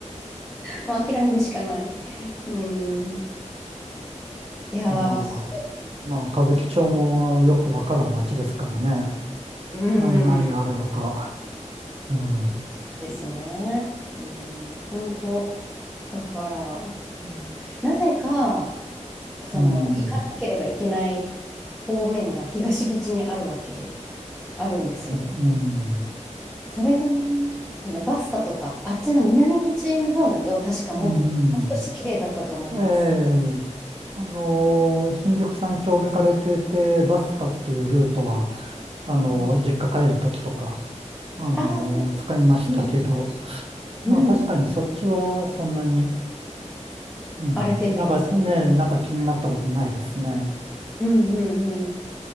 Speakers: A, in the centre; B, on the right (about 50°).
A: もう諦めるしかない。うん。いやー、
B: まあ、
A: そう
B: まあ歌舞伎町もよくわからん街ですからね。
A: です。う
B: 何、何があるのか。
A: ん。
B: うん。うん。
A: ですね。うん。本当。だから、うん、なぜか、その、
B: うん。
A: 行かなければいけない方面が東口にあるわけ、あるんですよ。
B: うん。
A: それがね、あの、バスタとか、あっちの南口の方だと、確かもう少し綺麗だったと思います。
B: うんええあのー新宿三丁目から出て、バスタっていうルートは、あのー実家帰るときとか、
A: うん。
B: あのー使いましたけど、
A: ああ、そうですか。うん。うん。
B: まあ確かにそっちはそんなに、うん、
A: 荒れてないですよね。
B: なんかね、なんか気になったことないですね。
A: うんうんうん。